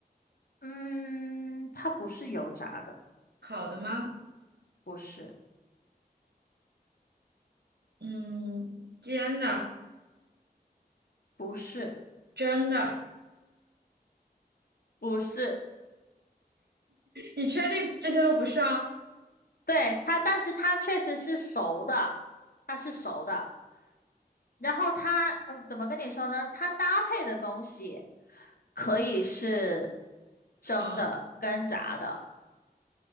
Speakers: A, on the left; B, on the right.
A: 嗯，它不是油炸的，
B: 烤的吗？
A: 不是
B: 嗯，煎的、
A: 不是
B: 蒸的，
A: 不是，
B: 你确定这些都不是啊？
A: 对它，但是它确实是熟的，它是熟的，然后它嗯，怎么跟你说呢？它搭配的东西可以是蒸的跟炸的，
B: 嗯，